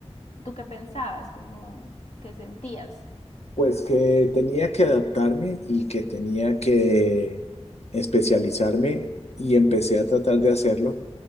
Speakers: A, on the left; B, on the left.
A: ¿tú qué pensabas? ¿Cómo qué sentías?
B: <laughs> pues que tenía que adaptarme y que tenía que especializarme y empecé a tratar de hacerlo,